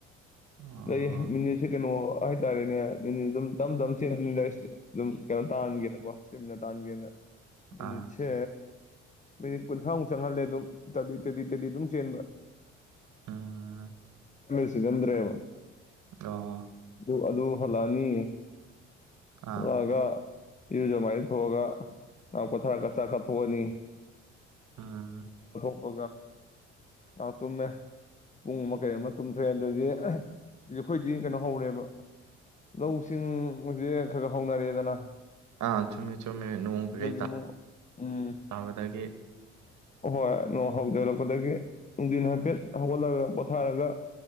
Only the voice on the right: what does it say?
ꯑꯣ
ꯑꯥ
ꯎꯝ
ꯑꫭ
ꯑꯥ
ꯑꯥ
ꯑꯥ ꯆꯨꯝꯃꯦ ꯆꯨꯝꯃꯦ ꯅꯣꯡ ꯀꯩꯀꯩ
ꯇꯥꯕꯗꯒꯤ